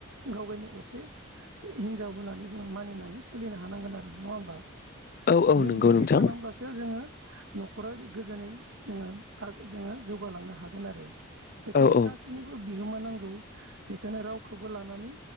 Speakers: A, on the right; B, on the left.
A: गाव गाव -नि असे हिनजाव होननानै जों मानिनानै सोलिनो हानांगोन आरो नङा होमबा
B: औ औ
A: जों
B: नंगौ
A: बिदि
B: नोंथां
A: खालामब्लासो न'खरा गोजोनै जोङो जोङो जौगालांनो हागोन आरो बेखायनो
B: औ औ
A: गासैनिबो बिहोमा नांगौ बेखायनो रावखौबो लानानै